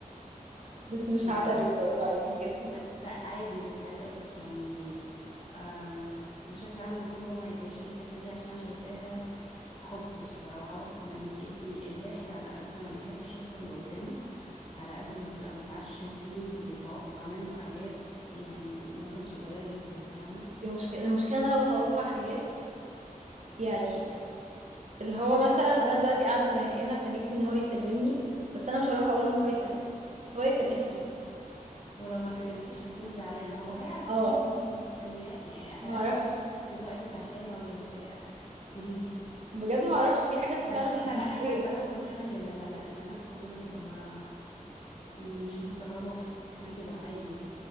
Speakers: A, on the right (about 55°); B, on the left (about 40°).
A: بس مش
B: لا
A: هعترف
B: لا
A: برضو عادي جدا
B: بس عادي بس عايزة أقولك يعني أم، بشكل عام المفروض هو ما يتضايقش من الحتة دي عشان أنا شايفاها حب الصراحة منك انتي الواحد على قد ما بيحب الشخص اللي قدامه على قد ما بيبقى متعشم فيه وبيتوقع منه حاجات يعني ممكن صغيرة جدا فاهمة
A: دي مشكلة المشكلة ان انا بتوقع حاجات يعني اللي هو مثلا انا دلوقتي قاعده زهقانه فنفسي ان هو يكلمني بس انا مش هروح اقول له ان هو يكلمني بس هو يكلمني
B: أم. ولو ما كلمكيش هتقومي زعلانة هو هيعرف
A: <laughs> اه
B: منين ان انتي مستنياه يعني
A: ما
B: هيعرف
A: اعرفش
B: منين إنتي دلوقتي زهقانة ولا متضايقة قوليلي
A: بجد ما اعرفش في حاجات فعلا
B: بس
A: مش
B: احنا
A: منطقيه
B: لا احنا البنات كلنا كده لا لا البنات كلنا كده ما يعني مش مستغرباكي احنا كده عادي